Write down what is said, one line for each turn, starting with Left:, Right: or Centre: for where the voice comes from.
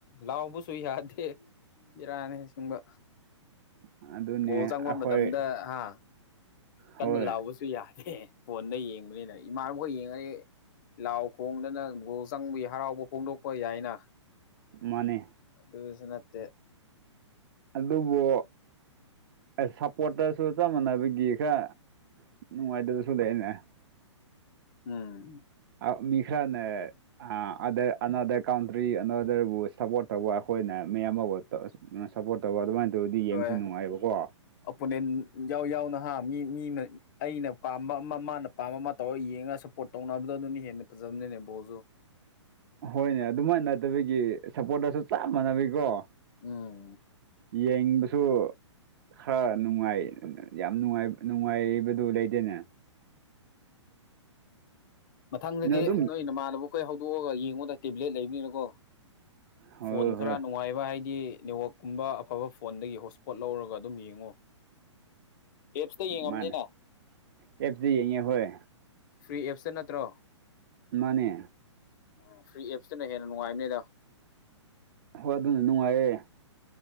Left: ꯂꯥꯎꯕꯁꯨ ꯌꯥꯗꯦ꯫ ꯕꯤꯔꯥꯅꯤ ꯑꯁꯦꯡꯕ꯫
Right: ꯑꯗꯨꯅꯦ
Left: ꯒꯣꯜ ꯆꯪꯕ
Right: ꯑꯩꯈꯣꯏ
Left: ꯃꯇꯝꯗ ꯍꯥ ꯀꯟꯅ
Right: ꯍꯣꯏ
Left: ꯂꯥꯎꯕꯁꯨ꯫ ꯁꯨ ꯌꯥꯗꯦ ꯐꯣꯟꯗ ꯌꯦꯡꯕꯅꯤꯅ ꯏꯃꯥꯟꯅꯕꯈꯣꯏ ꯌꯦꯡꯉꯗꯤ ꯂꯥꯎ ꯈꯣꯡꯗꯅ ꯒꯣꯜ ꯆꯪꯕꯒꯤ ꯍꯔꯥꯎꯕ ꯐꯣꯡꯗꯣꯛꯄ ꯌꯥꯏꯅ꯫
Right: ꯃꯥꯅꯦ꯫
Left: ꯑꯗꯨꯁꯨ ꯅꯠꯇꯦ꯫
Right: ꯑꯗꯨꯕꯨ ꯁꯞꯄꯣꯇꯔꯁꯨ ꯆꯞ ꯃꯥꯟꯅꯕꯒꯤ ꯈ꯫ ꯅꯨꯡꯉꯥꯏꯇꯕꯁꯨ ꯂꯩꯅꯦ꯫
Left: ꯎꯝ꯫
Right: ꯑ ꯃꯤꯈ꯭ꯔꯥꯅ꯫ ꯑ ꯑꯗ ꯑꯅꯥꯗꯔ ꯀꯥꯎꯟꯇ꯭ꯔꯤ ꯑꯅꯥꯗꯔꯕꯨ ꯁꯞꯄꯣꯔꯠ ꯇꯧꯕ ꯑꯈꯣꯏꯅ ꯃꯤ ꯑꯃꯕꯨ <unintelligible> ꯁꯞꯄꯣꯔꯠ ꯇꯧꯕ ꯑꯗꯨꯃꯥꯏꯅ ꯇꯧꯔꯗꯤ ꯌꯦꯡꯕꯁꯨ
Left: ꯍꯣꯏ
Right: ꯅꯨꯡꯉꯥꯏꯌꯦꯕꯀꯣ꯫
Left: ꯑꯣꯄꯣꯅꯦꯟ ꯌꯥꯎ ꯌꯥꯎꯅ ꯍꯥ ꯃꯤ ꯃꯤꯅ ꯑꯩꯅ ꯄꯥꯝꯕ ꯃꯥ ꯃꯥꯅ꯫ ꯑꯄꯥꯝꯕ ꯑꯃ ꯇꯧꯔꯒ ꯌꯦꯡꯉꯒ ꯁꯄꯣꯔꯠ ꯇꯧꯅꯕꯗ ꯑꯗꯨꯅ ꯍꯦꯟꯅ ꯐꯖꯕꯅꯦ ꯕꯣꯜꯖꯨ꯫
Right: ꯍꯣꯏꯅꯦ ꯑꯗꯨꯃꯥꯏꯅ ꯅꯠꯇꯕꯒꯤ ꯁꯞꯄꯣꯔꯠꯇꯁꯨ ꯆꯞ ꯃꯥꯟꯅꯕꯒꯤꯀꯣ꯫
Left: ꯎꯝ꯫
Right: ꯌꯦꯡꯕꯁꯨ꯫ ꯍ ꯅꯨꯡꯉꯥꯏ ꯌꯥꯝꯅꯨꯢꯉꯥꯡ ꯅꯨꯡꯉꯥꯏꯕꯗꯨ ꯂꯩꯗꯦꯅꯦ꯫
Left: ꯃꯊꯪꯗꯗꯤ
Right: ꯑꯗꯨꯝ
Left: ꯅꯣꯏ ꯅꯃꯥꯟꯅꯕꯈꯣꯏ ꯍꯧꯗꯣꯛꯑꯒ ꯌꯦꯡꯉꯣꯗ ꯇꯦꯕ꯭ꯂꯦꯠ ꯂꯩꯕꯅꯤꯅꯀꯣ꯫
Right: ꯍꯣꯏ
Left: ꯐꯣꯟ ꯈꯔ
Right: ꯍꯣꯏ
Left: ꯅꯨꯡꯉꯥꯏꯕ ꯍꯥꯏꯗꯤ ꯅꯦꯠꯋꯥꯛꯀꯨꯝꯕ ꯑꯐꯕ ꯐꯣꯟꯗꯒꯤ ꯍꯣꯠꯁꯄꯣꯠ ꯂꯧꯔꯒ ꯑꯗꯨꯝ ꯌꯦꯡꯉꯣ꯫ ꯑꯦꯞꯁꯇ ꯌꯦꯡꯉꯝꯅꯤꯅ꯫
Right: ꯃꯥꯅꯦ ꯑꯦꯞꯁꯇ ꯌꯦꯡꯉꯦ ꯍꯣꯏ
Left: ꯐ꯭ꯔꯤ ꯑꯦꯞꯁꯇ ꯅꯠꯇ꯭ꯔꯣ꯫
Right: ꯃꯥꯅꯦ꯫
Left: ꯑꯣ ꯐ꯭ꯔꯤ ꯑꯦꯞꯁꯇꯅ ꯍꯦꯟꯅ ꯅꯨꯡꯉꯥꯏꯕꯅꯤꯗ꯫
Right: ꯍꯣꯏ ꯑꯗꯨꯅ ꯅꯨꯡꯉꯥꯏꯌꯦ꯫